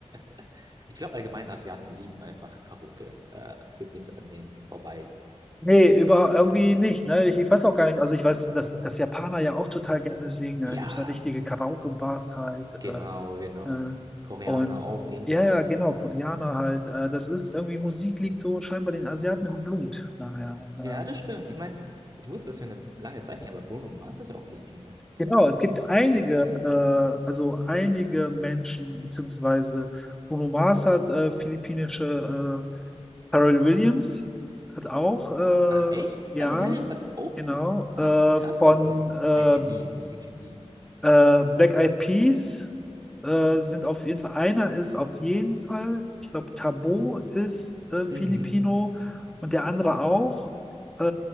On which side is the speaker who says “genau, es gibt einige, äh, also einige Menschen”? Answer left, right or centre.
Centre